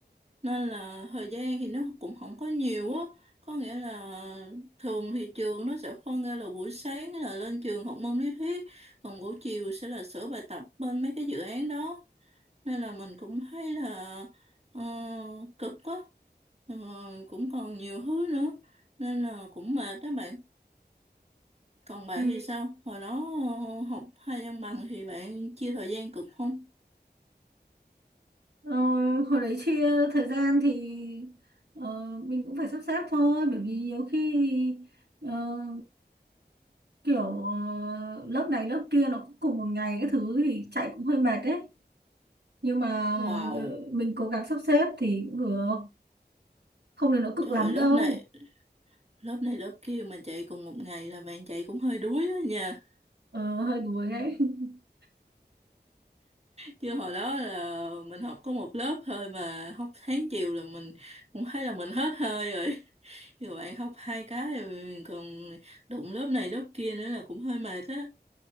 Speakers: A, on the right (about 40°); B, on the right (about 75°).
A: nên là thời gian thì nó cũng không có nhiều á có nghĩa là thường thì trường nó sẽ phân ra là buổi sáng là lên trường học môn lý thuyết còn buổi chiều sẽ là sửa bài tập bên mấy cái dự án đó nên là mình cũng thấy là ờ, cực quá rồi cũng còn nhiều thứ nữa nên là cũng mệt đó bạn còn bạn
B: Ừ.
A: thì sao hồi đó ờ, học hai văn bằng thì bạn chia thời gian cực không
B: Ờ, hồi đấy chia thời gian thì ờ, mình cũng phải sắp xếp thôi bởi vì nhiều khi thì, ờ, kiểu ờ, lớp này lớp kia nó cũng cùng một ngày cái thứ thì chạy cũng hơi mệt đấy nhưng mà
A: wow
B: ờ, mình cố gắng sắp xếp thì cũng được không đến nỗi cực
A: trời
B: lắm đâu
A: lớp này lớp này lớp kia mà chạy cùng một ngày là bạn chạy cũng hơi đuối đó nha
B: Ờ, hơi đuối đấy <laughs>
A: chứ hồi đó là mình học có một lớp thôi mà học sáng chiều là mình cũng thấy là mình hết hơi rồi <laughs> giờ bạn học hai cái rồi còn đụng lớp này lớp kia nữa là cũng hơi mệt á